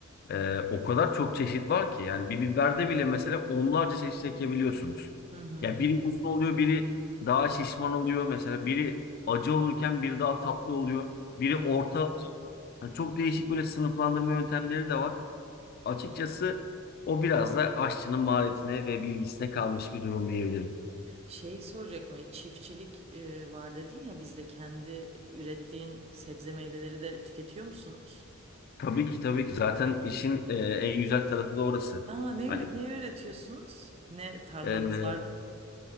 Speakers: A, on the left; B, on the right.
A: Ee, o kadar çok çeşit var ki yani bir biberde bile mesela onlarca çeşit ekebiliyorsunuz.
B: Hı hı.
A: Ya biri uzun oluyor, biri daha şişman oluyor mesela biri acı olurken biri daha tatlı oluyor. Biri
B: Doğru.
A: orta yani çok değişik böyle sınıflandırma yöntemleri de var. Açıkçası
B: Doğru.
A: o biraz da aşçının maharetine ve bilgisine kalmış bir durum diyebilirim.
B: Şey soracaktım, e, çiftçilik e, var dedin ya bizde kendi ürettiğin sebze meyveleri de tüketiyor musunuz?
A: Tabii ki tabii ki zaten işin e, en güzel tarafı da orası.
B: Aa, ne,
A: Hani
B: ür- ne üretiyorsunuz? Ne tarlanız
A: ee,
B: var?